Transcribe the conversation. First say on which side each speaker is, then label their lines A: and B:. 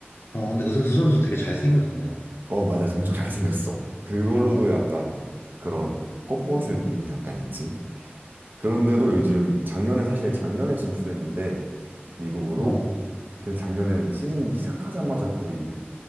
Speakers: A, on the left; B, on the right.
A: 어, 근데 그, 선- 그 선수 되게 잘생겼던데.
B: 어, 맞아. 엄청 잘생겼어. 그걸로도
A: 어,
B: 약간 그런 퍼포먼스 느낌이 약간 있지. 그런데도 요즘 작년에 사실 작년에 진출했는데 미국으로
A: 어,
B: 그데 작년엔 시즌 시작하자마자 거의